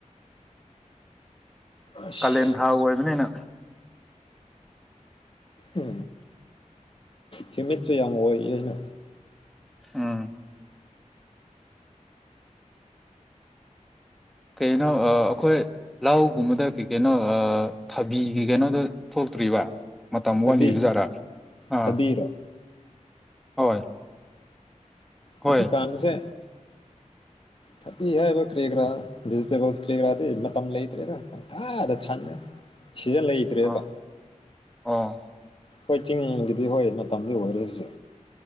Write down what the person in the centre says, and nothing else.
ꯀꯥꯂꯦꯟ ꯊꯥ ꯑꯣꯏꯕꯅꯤꯅ
ꯑꯥ ꯀꯩꯅꯣ ꯑꯩꯈꯣꯏ ꯂꯒꯨꯝꯕꯗ ꯀꯩ ꯀꯩꯅꯣ ꯊꯕꯤ ꯀꯩ ꯀꯩꯅꯣꯗ ꯊꯣꯛꯆ ꯄꯨ꯭ꯔꯤ ꯋꯥ ꯃꯇꯝꯛ
ꯋꯥꯠꯂꯤꯕꯖꯥꯔꯥ ꯑꯥ
ꯍꯣꯏ ꯍꯣꯏ
<inaudible>
ꯑꯥ ꯑꯣ